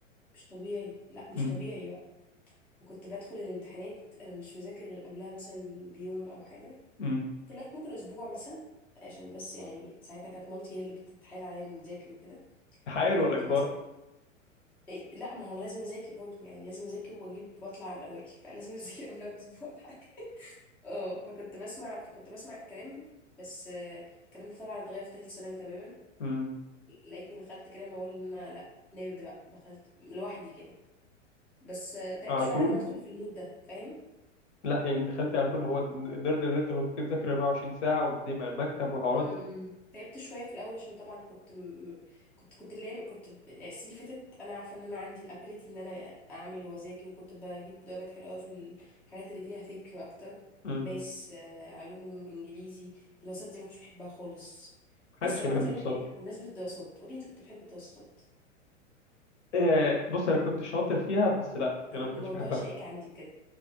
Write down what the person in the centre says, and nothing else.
مش طبيعي لا مش
طبيعي بقى وكنت بدخل الامتحانات انا مش مذاكر غير قبلها مثلا بيوم او حاجه
ممكن لغاية ممكن أسبوع مثلا عشان بس يعني ساعتها كانت مامتي هي اللي بتتحايل عليا إني أذاكر وكده
فكنت
بس إيه لا ما هو أنا لازم أذاكر برضه يعني لازم أذاكر وأجيب وأطلع من الأوائل <laughs> فلازم أذاكر قبلها بأسبوع ولا حاجة اه فكنت بسمع فكنت بسمع الكلام بس آه، الكلام ده طبعا اتغير في تالتة ثانوي تماما
لقيتني دخلت كده ما هو إن أنا لا نرد بقى دخلت لوحدي كده بس آه، تعبت
شوية
على ما أدخل في المود ده فاهم
امم
تعبت شويه في الاول عشان طبعا كنت م... كنت كنت اللي كنت ب- يعني السنين اللي فاتت انا عارفه ان انا عندي الابيليتي ان انا اعمل واذاكر وكنت بجيب درجات حلوه قوي في الحاجات اللي فيها فكر اكتر
ماس آه، علوم انجليزي الدراسات دي ما كنتش بحبها خالص
بص انا
عايزه
اقول لك حاجه بمناسبه الدراسات قولي انت كنت بتحب الدراسات
الم-
الموضوع
شائك عندي بجد